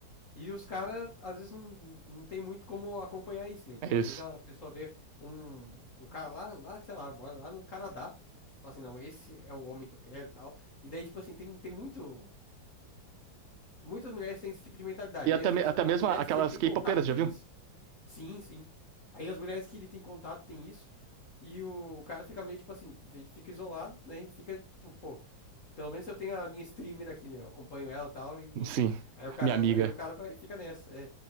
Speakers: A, on the left; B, on the right.
A: E os caras, às vezes, não, não tem muito como acompanhar isso, né? Então,
B: é
A: às
B: isso.
A: vezes, a pessoa vê um, um cara lá, lá, sei lá, mora lá no Canadá, fala assim, não, esse é o homem que eu quero e tal. E daí, tipo assim, tem, tem muito Muitas mulheres têm esse tipo de mentalidade.
B: E até,
A: Aí, às
B: me-
A: vezes,
B: até
A: as
B: mesmo
A: mulheres
B: aquelas
A: que ele tem
B: K-popeiras,
A: contato têm
B: já viu?
A: isso. Sim, sim. Aí, as mulheres que ele tem contato têm isso. E o, o cara fica meio tipo assim, ve- fica isolado, né? E Fica, tipo, pô, pelo menos eu tenho a minha streamer aqui, né? Eu acompanho ela e tal, e enfim.
B: Sim,
A: Aí o cara,
B: minha amiga.
A: aí o cara vai, fica nessa, é.